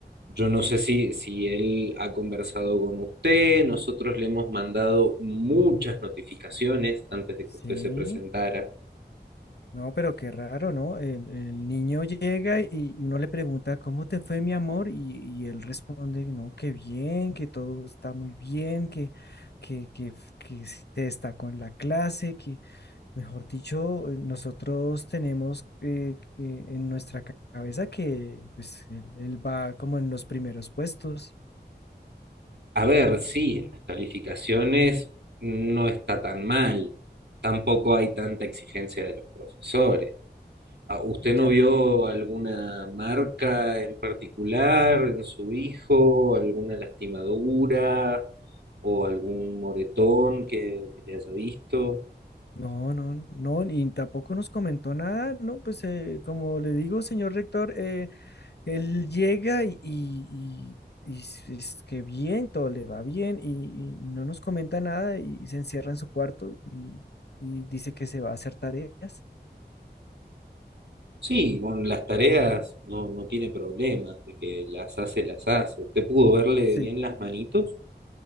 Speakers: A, on the right (about 75°); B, on the left (about 70°).
A: Yo no sé si, si él ha conversado con usted, nosotros le hemos mandado muchas notificaciones antes de que
B: Sí.
A: usted se presentara.
B: No, pero qué raro, ¿no? El, el niño llega y, y uno le pregunta, ¿cómo te fue, mi amor? Y, y él responde, no, que bien, que todo está muy bien, que, que, que, f- que se destacó en la clase, que... Mejor dicho, eh, nosotros tenemos eh, que- en nuestra ca- cabeza que pues él, él va como en los primeros puestos.
A: A ver, sí, en las calificaciones no está tan mal, tampoco hay tanta exigencia de los profesores. Ah, ¿Usted no
B: Ya.
A: vio alguna marca en particular en su hijo, alguna lastimadura o algún moretón que que le haya visto?
B: No, no, no, y tampoco nos comentó nada, ¿no? Pues eh, como le digo, señor rector, eh, él llega y, y, y- y s- es que bien, todo le va bien y, y no nos comenta nada y, se encierra en su cuarto y, y dice que se va a hacer tareas.
A: Sí, con las tareas no, no tiene problemas, de que las hace, las hace. ¿Usted pudo verle
B: Sí.
A: bien las manitos?